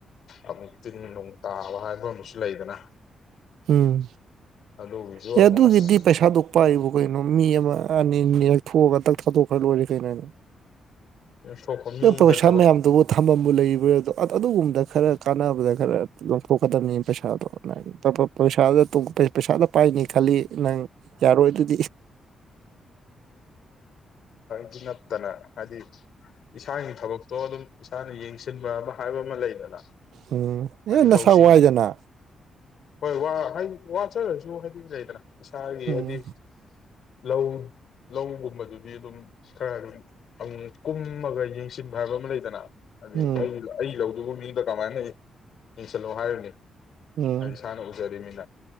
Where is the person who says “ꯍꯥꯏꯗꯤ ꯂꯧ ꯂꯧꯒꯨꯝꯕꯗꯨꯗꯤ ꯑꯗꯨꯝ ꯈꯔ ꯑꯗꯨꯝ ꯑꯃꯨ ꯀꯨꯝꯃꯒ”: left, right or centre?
Left